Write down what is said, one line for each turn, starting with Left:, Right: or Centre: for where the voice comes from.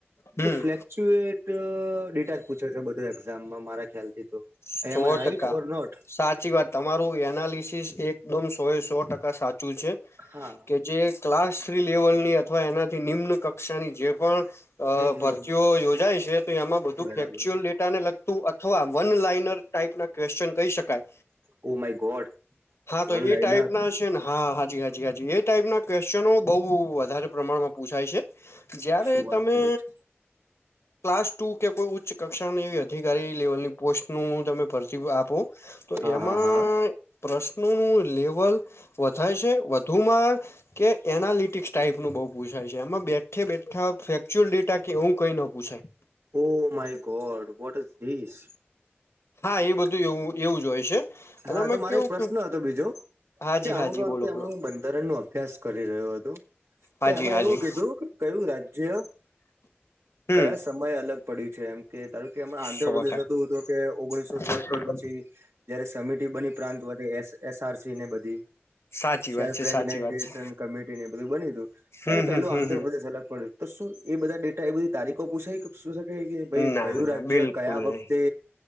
Left: હમ
Right: ફ્લેક <unintelligible> ડેટા પૂછે છે બધો એક્ઝામમાં મારા ખ્યાલથી તો
Left: સો
Right: એમ આર રાઈટ
Left: ટકા
Right: ઓર નોટ
Left: સાચી વાત. તમારું એનાલિસિસ એકદમ સો સો ટકા સાચું છે.
Right: હા.
Left: કે જે ક્લાસ થ્રી લેવલની અથવા એનાથી નિમ્ન કક્ષાની જે પણ અ
Right: હમ હમ
Left: ભરતીઓ યોજાય છે તો એમાં બધું
Right: બરાબર
Left: ફેક્ચ્યુઅલ ડેટાને લગતું અથવા વન લાઈનર. ટાઈપ ના ક્વેશ્ચન કહી શકાય.
Right: ઓ માય ગોડ
Left: હા તો
Right: વન
Left: એ
Right: લાઈનર
Left: ટાઈપ ના છે ને હા હાજી હાજી જી હાજી એ ટાઈપ ના ક્વેશચનો બઉ વધારે પ્રમાણમાં પૂછાય છે. જયારે
Right: શું વાત
Left: તમે
Right: કરો છો
Left: ક્લાસ ટુ કે કોઈ ઉચ્ચ કક્ષાની એવી અધિકારી લેવલની પોસ્ટનું તમે ભરતી આપો તો
Right: હા
Left: એમાં
Right: હા હા
Left: પ્રશ્નોનું લેવલ વધાય છે. વધુમાં કે એનાલિટિક્સ ટાઈપ નું બઉુ પૂછાય છે. એમાં બેઠે બેઠા ફેચુઅલ ડેટા કે એવું કઈ ન પૂછાય
Right: oh my god what is this
Left: હા એ બધું એવું એવું જ હોય છે. અને
Right: હા
Left: અમે
Right: તો મારો
Left: કેવું
Right: એક પ્રશ્ન
Left: કે
Right: હતો બીજો
Left: હાજી
Right: કે અમુક
Left: હાજી
Right: વખતે
Left: બોલો
Right: અમ
Left: બોલો
Right: બંધારણ નું અભ્યાસ કરી રહ્યું હતોું
Left: હાજી
Right: તો એમાં
Left: હાજી
Right: એવું કીધું કે કયું રાજ્ય
Left: હમ
Right: કયા સમ સમય અલગ પડ્યું છે. એમ કે ધારો કે હમણા
Left: સો
Right: આંધ્રપ્રદેશ હતું હતો કે ઓગણીસો
Left: ટકા
Right: છોતેર પછી જયારે સમિટીિ બની પ્રાંત વધે એસ એસઆરસી ને બધી
Left: સાચી
Right: સેલ્ફ
Left: વાત છે
Right: રેેશન
Left: સાચી વાત છે
Right: કમિટીને એ બધું બનીું
Left: હમ
Right: ત
Left: હમ
Right: પેલું
Left: હમ
Right: આંધ્રપ્રદેશ
Left: હમ
Right: અલગ પડ્યું હતું. તો શું એ બધા ડેટા એ બધી તારીખો પૂછાય- શું શકે કે ભાઈ
Left: ના
Right: કયું
Left: ના
Right: રાજ્ય
Left: બિલકુલ
Right: કયા વખતે
Left: નહી